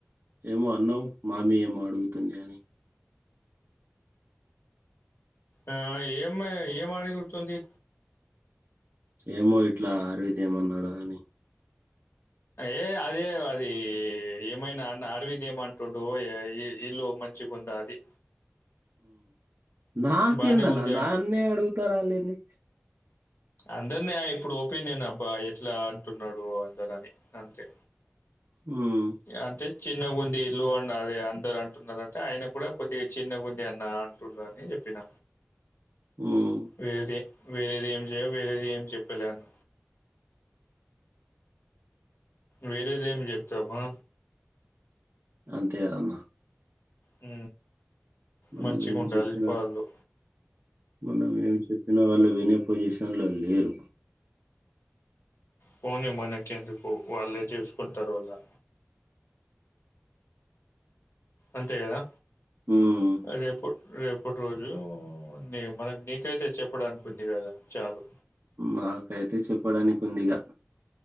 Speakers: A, on the right (about 65°); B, on the left (about 80°).
A: ఏమో అన్నవు మామి ఏమో అడుగుతుంది అని
B: ఆ ఏం ఏం ఆడిడుతుంది
A: ఏమో ఇట్లా ఆర్విద్ ఏమన్నాడా అని
B: ఏ అదే అది ఏమైనా అన్న అరవింద్ ఏమంటుడు ఇల్లు మంచిగుంద అది
A: నాకేందన్నా
B: బానే ఉంది
A: నన్నే
B: అంటు
A: అడుగుతారా అ లేిని
B: అందరినే ఇప్పుడు ఒపీనియన్ అబ ఎట్లా అంటున్నాడు అందరు అని అంతే
A: హ్మ్
B: అంటే చిన్నగుంది ఇల్లు అన్న అది అందరు అంటున్నారుారంటే ఆయన కూడా కొద్దిగా చిన్నగుంది అన్న అంటుండ అని చెప్పిన
A: హ్మ్
B: వేదిే వేరేది ఏం చెయ వేరేది ఏం చెప్పలే అన్న వేరేది ఏం చెప్తామా
A: అంతే కదమ్మా
B: హ
A: మనం
B: మంచిగా
A: ఏం
B: ఉండాలి
A: చెప్పినా
B: పలు
A: మనం ఏం చెప్పినా వాళ్ళు వినే పొజిషన్ లోరు
B: పోని మనక ఎందుకు వాళ్ళే చేసుకుంటారు అళ్ళ అంత కదా
A: హ్మ్.
B: రేపు రేపు ఇప్పటి రోజు నీ మనకు నీకైతే చెప్పడానుకుంది కదా చాలు
A: నాకైతే చెప్పడానికి ఉంది ఇగా